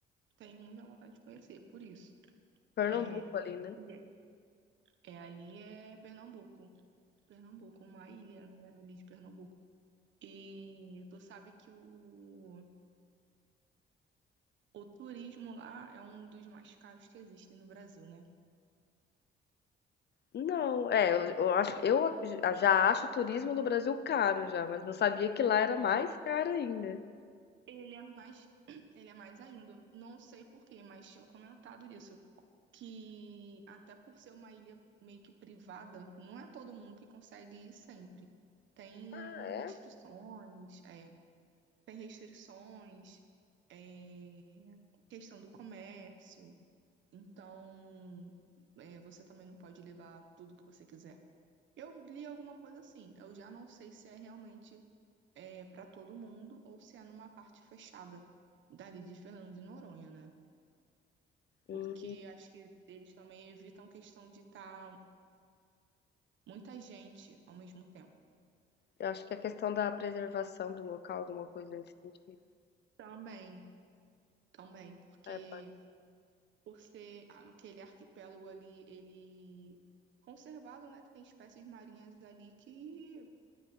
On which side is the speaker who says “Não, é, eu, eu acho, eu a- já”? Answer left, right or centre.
Left